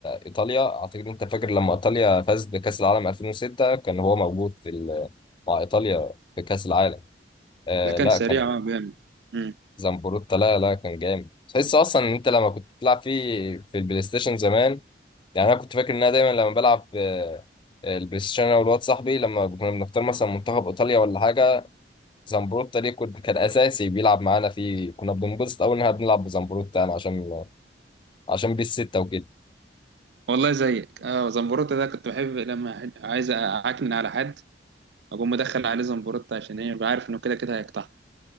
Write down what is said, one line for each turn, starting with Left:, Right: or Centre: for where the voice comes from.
Left: ايطاليا اعتقد انت فاكر لما ايطاليا فازت بكأس العالم 2006 كان هو موجود في ال- مع ايطاليا في كأس العالم آه
Right: لا كان
Left: لا
Right: سريع
Left: كان
Right: اه جامد امم
Left: زنبروتا لا لا كان جامد تحس اصلا ان انت لما كنت بتلعب فيه في البلاي ستيشن زمان يعني انا كنت فاكر ان انا دايما لما بلعب آه، البلاي ستيشن انا والواد صاحبي لما كنا بنختار مثلا منتخب ايطاليا ولا حاجه زنبروتا ليه كنت كان اساسي بيلعب معانا فيه كنا بننبسط قوي ان احنا بنلعب بزنبروتا يعني عشان عشان بيه السته وكده
Right: والله زيك اه زمبروتا ده كنت بحب لما ح- عايز اعكنن على حد اقوم مدخل عليه زمبروتا عشان ايه ببقى عارف انه كده كده هيقطع